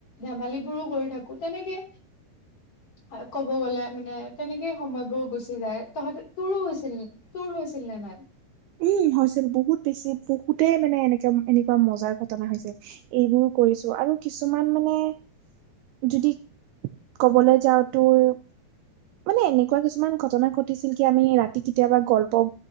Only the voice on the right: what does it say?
উম হৈছিল বহুত বেছি বহুতেই মানে এনেকা এনেকুৱা মজাৰ ঘটনা হৈছিল। এইবোৰ কৰিছো আৰু কিছুমান মানে যদি ক'বলৈ যাওঁ তোৰ মানে এনেকুৱা কিছুমান ঘটনা ঘটিছিল কি আমি ৰাতি কেতিয়াবা গল্প